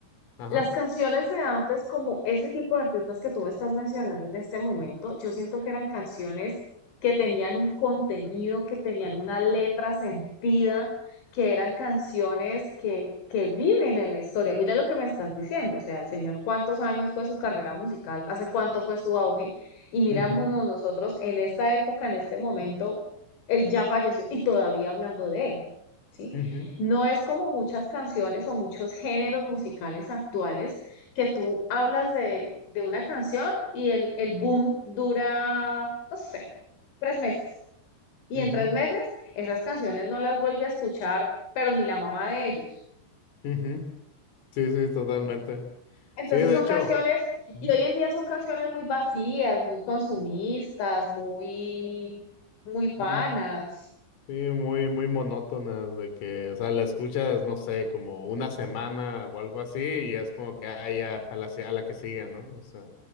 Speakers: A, on the left; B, on the left.
A: Ajá.
B: Las canciones de antes, como ese tipo de artistas que tú me estás mencionando en este momento, yo siento que eran canciones que tenían un contenido, que tenían una letra sentida, que eran canciones que, que viven en la historia. Mira lo que me estás diciendo, o sea, el señor, ¿cuántos años fue su carrera musical? ¿Hace cuánto fue su auge? Y mirámonos
A: ujú,
B: nosotros en esta época, en este momento, él ya falleció y todavía hablando de él. ¿sí?
A: ujú.
B: No es como muchas canciones o muchos géneros musicales actuales que tú hablas de, de una canción y el, el boom dura, no sé, tres meses. Y
A: Ujú,
B: en tres meses esas canciones no las vuelve a escuchar, pero ni la mamá de ellos.
A: ujú. Sí, sí, totalmente.
B: Entonces
A: Sí, de
B: son
A: hecho,
B: canciones, y
A: ujú,
B: hoy en día son canciones muy vacías, muy consumistas, muy, muy vanas.
A: muy- sí, muy, muy monótonas de que, o sea, la escuchas, no sé, como una semana o algo así, y es como que, ah, ya, a la, si- a la que sigue, ¿no? O sea,